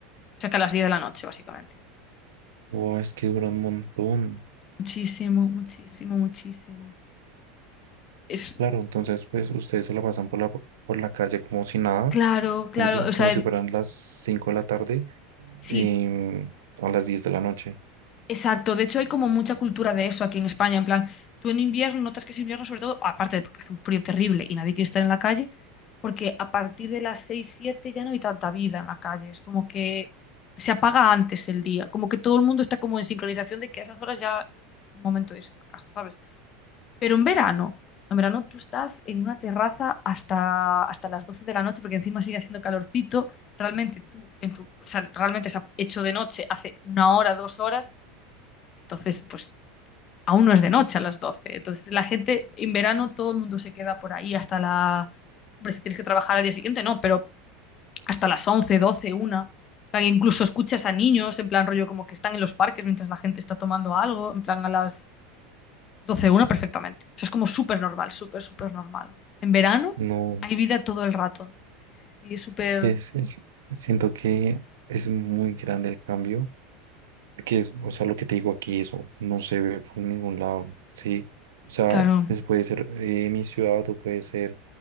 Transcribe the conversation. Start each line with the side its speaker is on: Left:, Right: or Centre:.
Left: sea que a las diez de la noche, básicamente.
Right: wow, es que dura un montón.
Left: Muchísimo, muchísimo, muchísimo. Es
Right: Claro, entonces pues ustedes se la pasan por la, por la calle como si nada,
Left: claro, claro.
Right: como si,
Left: O
Right: como
Left: sea,
Right: si fueran las 5 de la tarde
Left: si
Right: em, o las 10 de la noche.
Left: Exacto, de hecho hay como mucha cultura de eso aquí en España, en plan, tú en invierno notas que es invierno sobre todo, aparte de porque hace un frío terrible y nadie quiere estar en la calle, porque a partir de las 6 7 ya no hay tanta vida en la calle, es como que se apaga antes el día, como que todo el mundo está como en sincronización de que a esas horas ya es un momento de irse para casa, ¿sabes? Pero en verano, en verano tú estás en una terraza hasta, hasta las 12 de la noche porque encima sigue haciendo calorcito, realmente tú, en tu, o sea, realmente se ha hecho de noche hace una hora, dos horas entonces, pues aún no es de noche a las doce Entonces, la gente en verano todo el mundo se queda por ahí hasta la... Hombre, si tienes que trabajar al día siguiente, no, pero hasta las once doce una En plan, incluso escuchas a niños, en plan rollo como que están en los parques mientras la gente está tomando algo, en plan a las doce una perfectamente. O sea, es como súper normal, súper, súper normal. En verano
Right: No,
Left: hay vida todo el rato. Y es súper...
Right: es, es- siento que es muy grande el cambio, que es, o sea, lo que te digo aquí, eso no se ve por ningún lado, ¿sí? O sea,
Left: Claro,
Right: pues puede ser eh, mi ciudad o puede ser